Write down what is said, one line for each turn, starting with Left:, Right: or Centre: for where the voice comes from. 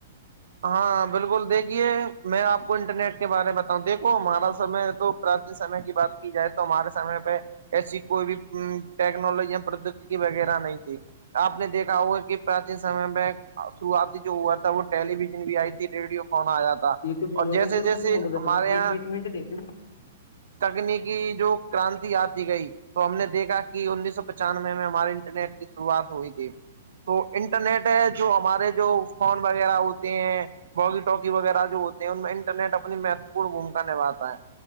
Right: ہاں بالکل دیکھیے میں آپ کو انٹرنیٹ کے بارے میں بتاؤں دیکو ہمارا سمے تو پراچین سمے کی بات کی جائے تو ہمارے سے پہ ایسی کوئی بھی ٹیکنالوجی یا پرودیگی وغیرہ نہیں تھی آپ نے دیکھا ہوگا کہ پراچیین سمے میں شروعاتی جو ہوا تھا وہ ٹیلی ویژن بھی آئی تھی ریڈیو فنا آیا تھا
Left: یوٹیوب بولوا
Right: اور جیسے
Left: دین کر م
Right: جیسے
Left: منڈ دیکھا
Right: ہمارے
Left: بیچ
Right: یہاں
Left: بیچ منٹ دیکھ
Right: تکنیکی جو کرانتی آتی گئی تو ہم نے دیکھا کہ انیس سو پچانوے میں ہمارے انٹرنیٹ کی شروعات ہوئی تھی تو انٹرنیٹ ہے جو ہمارے جو فون وغیرہ ہوتے ہیں بگی ٹوکی وغیرہ جو ہوتے ہیں ان میں انٹرنیٹ اپنی مہتوپورن بھومکا نبھاتا ہے